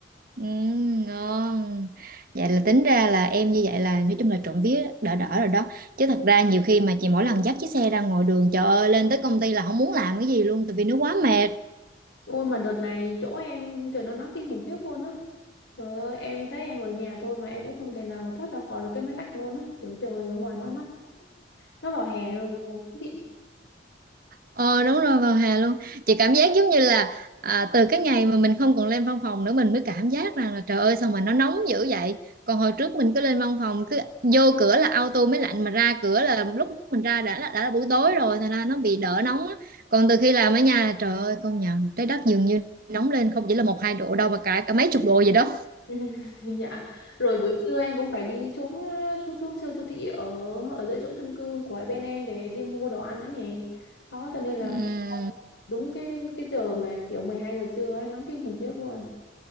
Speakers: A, on the right; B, on the left.
A: Ừ, ngon vậy là tính ra là em như vậy là nói chung là trộm vía đỡ đỡ rồi đó chứ thật ra nhiều khi mà chị mỗi lần dắt chiếc xe ra ngoài đường trời ơi lên tới công ty là không muốn làm cái gì luôn tại vì nó quá mệt
B: Ôi mà đợt này chỗ em trời nó nắng kinh khủng khiếp luôn á. Trời ơi, em thấy em ở nhà thôi mà em cũng không thể nào mà thoát ra khỏi được cái máy lạnh luôn á. Kiểu trời ở ngoài nó nắng nó vào hè rồi đúng không chị
A: Ờ đúng rồi vào hè luôn chị cảm giác giống như là à, từ cái ngày mà mình không còn lên văn phòng nữa mình mới cảm giác rằng là trời ơi sao mà nó nóng dữ vậy còn hồi trước mình cứ lên văn phòng cứ vô cửa là auto mới lạnh mà ra cửa là lúc mình ra đã là, đã là buổi tối rồi thành ra nó bị đỡ nóng á. còn từ khi làm ở nhà trời ơi công nhận trái đất dường như nóng lên không chỉ là một hai độ đâu mà cả cả mấy chục độ vậy đó
B: <laughs> dạ rồi buổi trưa em cũng phải đi xuống ờ, xuống xuống siêu siêu thị ở ở dưới chỗ chung cư của bên em để đi mua đồ ăn nữa nè đó cho nên là
A: Ừm,
B: đúng cái cái giờ mà kiểu 12 giờ trưa ấy nắng kinh khủng khiếp luôn